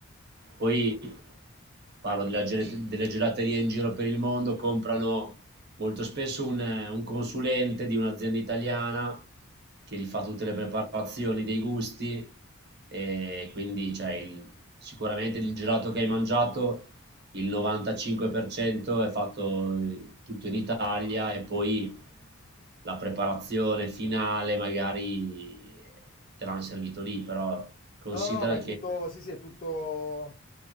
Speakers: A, on the right; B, on the left.
A: poi parlo della gel- delle gelaterie in giro per il mondo, comprano molto spesso un, un consulente di un'azienda italiana che gli fa tutte le preparazioni dei gusti e quindi cioè, il- sicuramente il gelato che hai mangiato il 95% è fatto eh, tutto in Italia e poi la preparazione finale magari te l'hanno servito lì, però considera
B: No, no, no, ma è
A: che
B: tutto, sì, sì, è tutto,